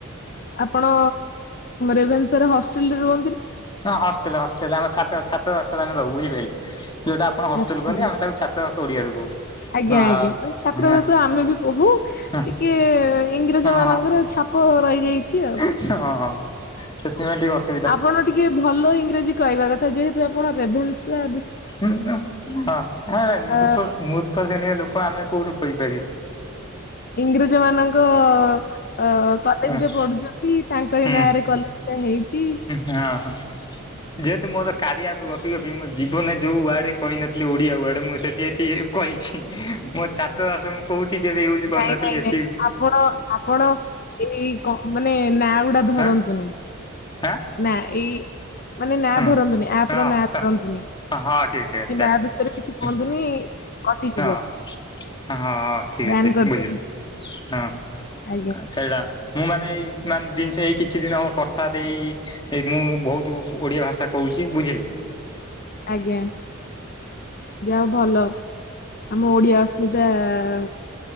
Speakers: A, on the left (about 45°); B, on the left (about 25°).
A: ଆପଣ ରେଭନସାର ହଷ୍ଟେଲରେ ରୁହ
B: ହଁ ହଷ୍ଟେଲ ହଷ୍ଟେଲ ଆମଛା ଛାତ୍ର ବାସ ରହୁ ବୁଝିପାରିଲେ ଯଉଟା ଆପଣ ହଷ୍ଟେଲ
A: ଆଚ୍ଛା
B: କୁହନ୍ତି ଆମେ ତାକୁ ଛାତ୍ରବାସ ଓଡିଆରେ କହୁ।
A: ଆଜ୍ଞା
B: ଆଉ
A: ଆଜ୍ଞା ଛାତ୍ରାବାସ ଆମେ ବି କହୁ। ଟିକେ
B: ହଁ
A: ଇଂରେଜ
B: ହଁ
A: ମାନଙ୍କର ଛାପ ରହିଯାଇଛି ଆଉ।
B: ହଁ ହଁ ସେଥିପାଇଁ ଟିକେ ଅ
A: ଆପଣ ଟିକେ ଭଲ ଇଂରାଜୀ କହିବା କଥା ଯେହେତୁ ଆପଣ ରେଭେନ୍ସ
B: ହୁଁ ହଁ ମୂଖ
A: ଆ
B: ମୂର୍ଖ ଶ୍ରେଣୀଆ ଲୋକ ଆମେ କୋଉଠୁ କହିପାରିବୁ।
A: ଇଂରେଜ ମାନଙ୍କ ଅ କଲେଜରେ
B: ହଁ
A: ପଢୁଛନ୍ତି। ତାଙ୍କରି
B: ହୁଁ
A: ନାଁ ରେ କଲେଜ ଟା ହେଇଛି।
B: ହଁ ହଁ ଯେହେତୁ ମୋର କାରିଆ ଗପି ଗପି ମୋ ଜୀବନରେ ଯୋଉ ୱାର୍ଡ କହିନଥିଲି ଓଡିଆ ୱାର୍ଡ ମୁଁ ସେଠି ଏଠି କହିଛି ମୋ ଛାତ୍ରବାସ ମୁଁ କୋଉଠି କେବେ ୟୁଜ୍ କରୁନଥିଲି
A: ନାଇଁ ନାଇଁ
B: ଏଠି
A: ନାଇଁ ଆପଣ ଆପଣ ଏଇ କପ ମାନେ ନାଁ ଗୁଡା ଧରନ୍ତୁନି
B: ଆଁ ଆଁ
A: ନାଁ ଏଇ ମାନେ ନାଁ
B: ହଁ
A: ଧରନ୍ତୁନି ଆପ
B: ହଁ
A: ର ନାଁ ଧରନ୍ତୁନି।
B: ହଁ ହଁ ଠିକ
A: କିମ୍ବା
B: ଠିକ
A: ଆ ବିଷୟରେ
B: ଅଛି
A: କିଛି କୁହନ୍ତୁନି
B: ହିଁ ହିଁ
A: କଟିଯିବ
B: ହଁ ହଁ ହଁ ଠିକ
A: ବ୍ୟାନ୍
B: ଅଛି
A: କରିଦେବି
B: ବୁଝିଲି ହଁ
A: ଆଜ୍ଞା
B: ସେଇଟା ମୁଁ ମାନେ ଏଇ ମାନେ ଜିନିଷ ମାନେ ଏଇ କିଛି ଦିନ କଥା ଦେଇ ମୁଁ ବହୁତ ଓଡ଼ିଆ ଭାଷା କହୁଛି ବୁଝିଲେ
A: ଆଜ୍ଞା। ଯା ହଉ ଭଲ ଆମ ଓଡିଆ ଅସ୍ମିତା ଆ